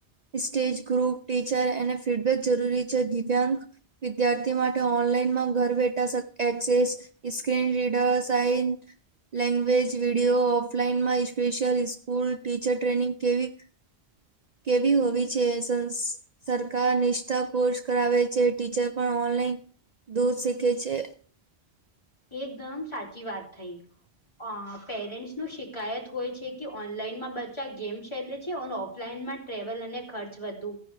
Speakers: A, on the right; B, on the left.
A: stage group teacher એને ફીડબેક જરૂરી છે દિવ્યાંગ વિદ્યાર્થી માટે ઓનલાઈનમાં ઘર બેઠા access screen reader sign language video offline માં ઈસ્પેશિયલ સ્કૂલ ટીચર ટ્રેનિંગ કેવી કેવી હોવી છે એસસન્સ સરકાર નિષ્ઠા કોર્સ કરાવે છે ટીચર પણ ઓનલાઈન દૂર શીખે છે.
B: એકદમ સાચી વાત થઈ અ પેરેન્ટ્સ નું શી શિકાયત હોય છે કે ઓનલાઈનમાં બ ગેમ શેલે છે ઓન ઓફલાઈનમાં ટ્રેવલ અને ખર્ચ વધુ